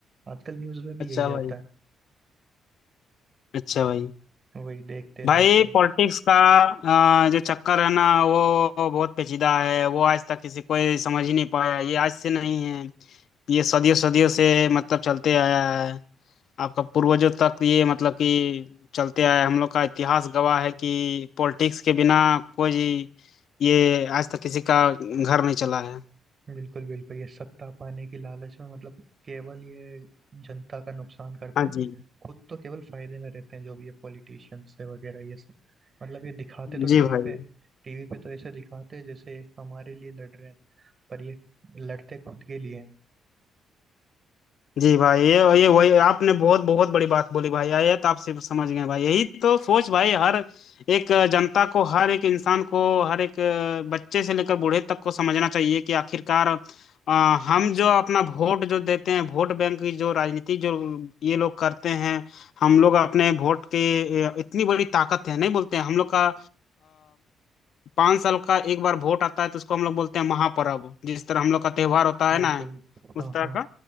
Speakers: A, on the right; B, on the left.
A: आजकल न्यूज़ में भी
B: अच्छा
A: यही
B: भाई
A: आता
B: अच्छा भाई
A: है वही देखते
B: भाई
A: देखते
B: पॉलिटिक्स का अ, जो चक्कर है ना वो बहुत पेचीदा है वो आज तक किसी कोई समझ ही नहीं पाया ये आज से नहीं है ये सदियों सदियों से मतलब चलते आया है आपका पूर्वजों तक ये मतलब कि चलते आया है। हम लोग का इतिहास गवाह है कि पॉलिटिक्स के बिना कोई ये आज तक किसी का घर नहीं चला है
A: बिल्कुल बिल्कुल ये सत्ता पाने की लालच में मतलब केवल ये जनता का नुकसान करते
B: हाँ
A: हैं
B: जी
A: खुद तो केवल फायदे में रहते हैं जो भी ये पॉलिटिशियंस है वगैरह ये सब मतलब ये दिखाते तो
B: जी
A: टीवी
B: भाई
A: पे टीवी पे तो ऐसे दिखाते हैं जैसे हमारे लिए लड़ रहे हैं पर ये लड़ते खुद के लिए हैं
B: जी भाई ये ये वही आपने बहुत बहुत बड़ी बात बोली भाई ये तो आप सिर्फ समझ गए भाई यही तो सोच भाई हर एक जनता को हर एक इंसान को हर एक बच्चे से लेकर बूढ़े तक को समझना चाहिए कि आखिरकार अ, हम जो अपना वोट जो देते हैं वोट बैंक की जो राजनीति जो ये लोग करते हैं हम लोग अपने वोट के अ, इतनी बड़ी ताकत है नहीं बोलते हैं हम लोग का पाँच साल का एक बार वोट आता है तो उसको हम लोग बोलते हैं महापर्व जिस तरह हम लोग का त्योहार होता
A: बिल्कुल
B: है ना उस
A: हाँ
B: तरह
A: हाँ
B: का